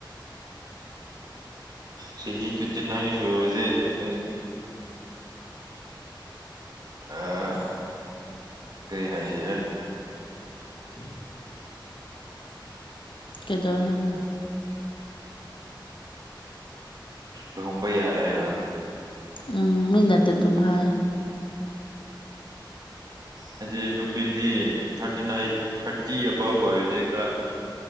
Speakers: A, on the right; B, on the left.
A: ꯆꯍꯤ ꯇ꯭ꯋꯦꯟꯇꯤ ꯅꯥꯏꯟꯒ ꯁꯨꯔꯗꯤ ꯑꯩ ꯑꯥ ꯀꯩ ꯍꯥꯏꯁꯤꯒꯦ
B: <inaudible> ꯀꯩꯗꯧꯔꯦ ꯍꯥꯏꯕꯅꯣ
A: ꯂꯨꯍꯣꯡꯕ ꯌꯥꯔꯦ ꯍꯥꯏꯕ
B: ꯎꯝ ꯃꯤꯅꯥꯗꯤ ꯗꯨꯝ ꯍꯥꯏ
A: ꯍꯥꯏꯗꯤ ꯅꯨꯄꯤꯗꯤ ꯊꯥꯔꯇꯤ ꯑꯩ꯭ꯏꯠ ꯊꯥꯔꯇꯤ ꯑꯕꯞ ꯑꯣꯏꯔꯗꯤ ꯈꯔ